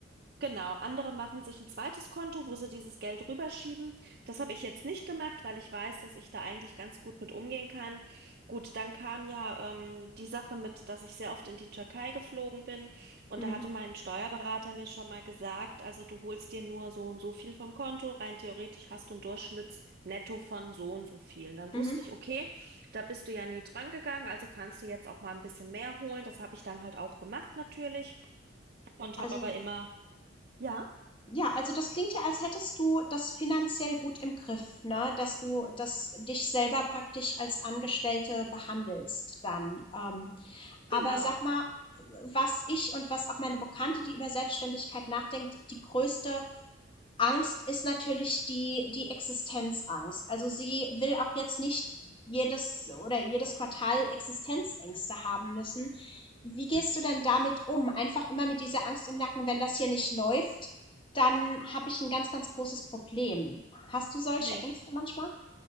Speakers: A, on the right (about 50°); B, on the left (about 25°).
A: Genau, andere machen sich ein zweites Konto, wo sie dieses Geld rüberschieben. Das habe ich jetzt nicht gemacht, weil ich weiß, dass ich da eigentlich ganz gut mit umgehen kann. Gut, dann kam ja ähm, die Sache mit, dass ich sehr oft in die Türkei geflogen bin und
B: Mhm.
A: da hatte mein Steuerberater mir schon mal gesagt, also du holst dir nur so und so viel vom Konto, rein theoretisch hast du ein Durchschnittsnetto von so und so viel. Und dann
B: Mhm.
A: wusste ich, okay, da bist du ja nie dran gegangen, also kannst du jetzt auch mal ein bisschen mehr holen. Das habe ich dann halt auch gemacht natürlich und
B: Also,
A: habe aber immer Ja.
B: ja, also das klingt ja, als hättest du das finanziell gut im Griff, ne? Dass du das dich selber praktisch als Angestellte behandelst dann. Ähm, Aber
A: Genau.
B: sag mal, was ich und was auch meine Bekannte, die über Selbstständigkeit nachdenkt, die größte Angst ist natürlich die, die Existenzangst. Also sie will auch jetzt nicht jedes oder jedes Quartal Existenzängste haben müssen. Wie gehst du denn damit um? Einfach immer mit dieser Angst im Nacken, wenn das hier nicht läuft, dann habe ich ein ganz, ganz großes Problem. Hast du solche
A: Nee,
B: Ängste manchmal?